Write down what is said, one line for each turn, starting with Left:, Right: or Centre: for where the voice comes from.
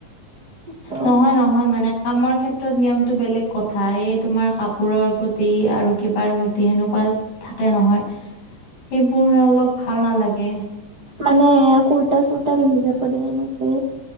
Right: অ',
Left: নহয় নহয় মানে, কামৰ ক্ষেত্ৰত নিয়মটো বেলেগ কথা এ তোমাৰ কাপোৰৰ প্ৰতি আৰু কিবাৰ প্ৰতি সেনেকুৱা থাকে নহয় সেইবোৰে অলপ ভাল নালাগে।
Right: মানে এয়া কুৰতা চুৰটা পিন্ধি যাব দিয়ে নেকি